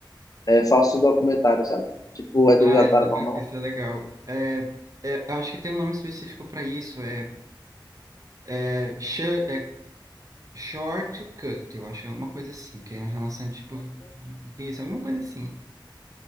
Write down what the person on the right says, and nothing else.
Ah, isso
é, ba- isso é legal. É, é, eu acho que tem um nome específico para isso. É, é, sh é shortcut, eu acho, que é alguma coisa assim, que é em relação tipo isso, alguma coisa assim.